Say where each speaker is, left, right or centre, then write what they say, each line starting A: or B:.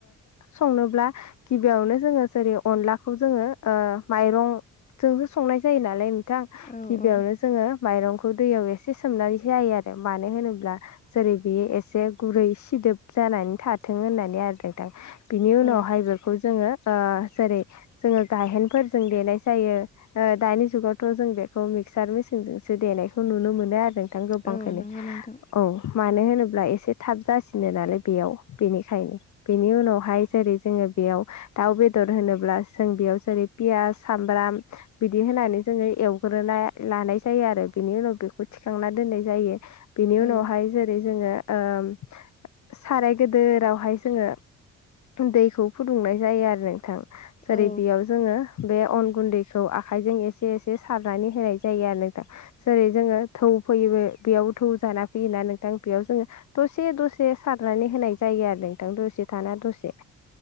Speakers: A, on the left (about 70°); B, on the left (about 25°).
A: संनोब्ला गिबियावनो जोङो जेरै अनलाखौ जोङो ओ माइरंजोंसो संनाय जायो नालाय बिथां
B: औ
A: गिबियावनो
B: औ
A: जोङो माइरंखौ दैयाव एसे सोमनानै जायो आरो मानो होनोब्ला जेरै बियो एसे गुरै सिदोब जानानै थाथों होननानै आरो नोंथां। बिनि उनावहाय
B: औ
A: बेखौ जोङो ओ जेरै जोङो गायहेनफोरजों देनाय जायो ओ दानि जुगावथ' जों बेखौ मिक्सार मेसिनजोंसो देनायखौ नुनो मोनो आरो। थां गोबांखौनो
B: औ नंगौ नोंथां
A: औ। मानो होनोब्ला एसे थाब जासिनो नालाय बेयाव बेनिखायन बेनि उनावहाय जेरै जोङो बेयाव दाउ बेदर होनोब्ला जों बेयाव जेरै पियास सामब्राम बिदि होनानै जोङो एवग्रोना लानाय जायो आरो बिनि उनाव बेखौ थिखांना दोननाय जायो। बिनि
B: औ
A: उनावहाय जेरै जोङो ओम साराय गदोरावहाय जोङो दैखौ फुदुंनाय जायो आरो नोंथां। जेरै
B: औ
A: बेयाव जोङो बे अन गुन्दैखौ आखाइजों एसे एसे सारनानै होनाय जायो आरो नोंथां। जेरै जोङो थौ फैयोबो बेयाव थौ जाना फैयोना नोंथां बेयाव जोङो दसे दसे सारनानै होनाय जायो आरो नोंथां दसे थाना दसे